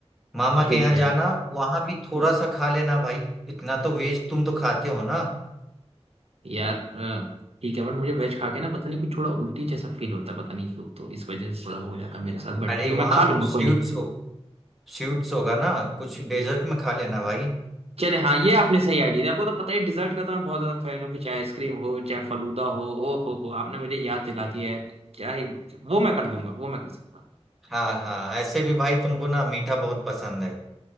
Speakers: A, in the centre; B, on the right.
A: मामा
B: ठीक
A: के यहाँ
B: है
A: जाना वहां भी थोड़ा सा खा लेना भाई इतना तो वेज तुम तो खाते हो ना
B: यार अ, ठीक है बट मुझे वेज खा के ना पता नहीं कुछ थोड़ा उल्टी जैसा फील होता है पता नहीं क्यों तो इस वजह से थोड़ा हो जाता है मेरे साथ बट
A: अरे
B: ठीक
A: वहाँ
B: है मैं खा लूंगा
A: स्वीट्स
B: कोई नहीं
A: हो स्वीट्स होगा ना कुछ डेजर्ट में खा लेना भाई
B: चले हाँ ये आपने सही आइडिया दिया आपको तो पता है डिजर्ट का तो मैं बहुत ज्यादा फैन हूँ फिर चाहे आइसक्रीम हो चाहे फलूदा हो ओ हो हो आपने मुझे याद दिला दिया है तो क्या ही वो मैं कर लूंगा वो मैं कर सकता हूँ
A: हाँ हाँ ऐसे भी भाई तुमको ना मीठा बहुत पसंद है